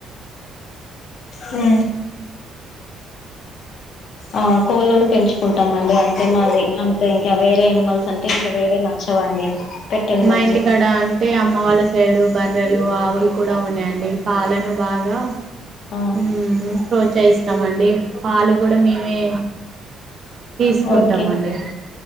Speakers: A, on the left (about 55°); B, on the right (about 40°).
A: హు ఆ కోళ్ళలను పెంచుకుంటామండి అంతే మాది అంతే ఇంకా వేరే ఏనిమల్స్ అంటే ఇంకా వేరే నచ్చవండి పెట్ ఎనిమల్స్
B: మా ఇంటికాడ అన్ టే అమ్మ వాళ్ళ సైడు బర్రెలు ఆవులు కూడా ఉన్నాయండి పాలను బాగా
A: ఆ
B: ఉమ్ ప్రోత్సహిస్తామండి పాలు కూడా మేమే తీసుకుంటామండి
A: ఓకే